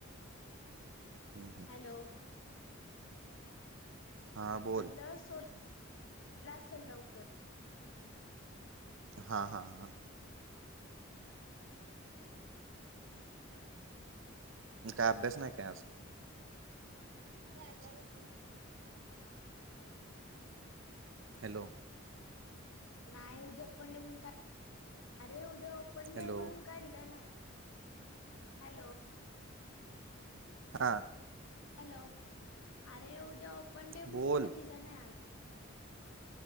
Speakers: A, on the right; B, on the left.
A: हूं.
B: हॅलो...
A: हां बोल
B: म्हणलं सोडलं सोडलं असेल लवकर.
A: हा हा हा. काय अभ्यास नाही काय आज? <unintelligible> हॅलो.
B: नाय उद्या ओपन डे आहे म्हणून काय अरे उ उद्या ओपन डे
A: हॅलो
B: म्हणून काय दिलं नाय... हॅलो
A: हा.
B: हॅलो... अरे उद्या ओपन डे हाये
A: बोल
B: म्हणून काय दिलं नाही आज.